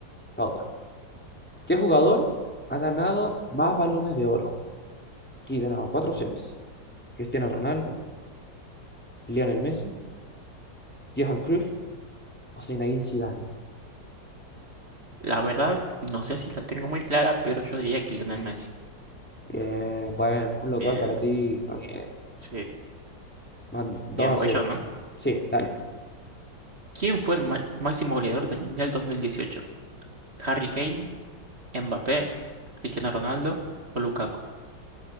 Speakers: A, in the centre; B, on the right.
A: va otra. ¿Qué jugador ha ganado más balones de oro? Aquí tenemos cuatro opciones. Cristiano Ronaldo, Lionel Messi, Johan Cruyff o Zinedine Zidane.
B: La verdad, no sé si la tengo muy clara, pero yo diría que Lionel Messi.
A: Bien, bueno, un local
B: Bien,
A: para ti, está bien.
B: sí.
A: Van dos
B: Bien,
A: a
B: voy
A: cero
B: yo, ¿no?
A: Sí, dale.
B: ¿Quién fue el ma- máximo goleador del Mundial dos mil dieciocho ¿Harry Kane, Mbappé, Cristiano Ronaldo o Lukaku?